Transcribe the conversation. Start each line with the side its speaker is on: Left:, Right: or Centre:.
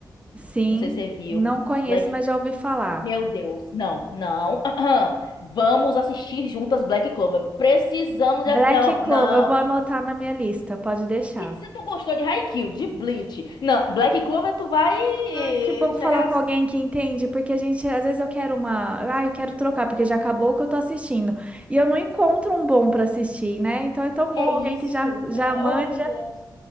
Right: Sim,
Left: Não sei se você viu.
Right: não conheço,
Left: Black
Right: mas já ouvi falar.
Left: Meu Deus, não, não. <clears throat> Vamos assistir juntas Black Clover. Precisamos.
Right: Black
Left: de ass- Não,
Right: Clover,
Left: não.
Right: eu vou anotar na minha lista, pode deixar.
Left: Se, se tu gostou de Haikyuu, de Bleach, não, Black Clover, tu vai
Right: Ai, que bom
Left: chegar.
Right: falar com
Left: a-
Right: alguém que entende, porque a gente, às vezes eu quero uma, ai, eu quero trocar, porque já acabou o que eu tô assistindo. E eu não encontro um bom pra assistir, né? Então é tão
Left: É
Right: bom alguém
Left: isso.
Right: que já já manja.
Left: Oh, meu Deus.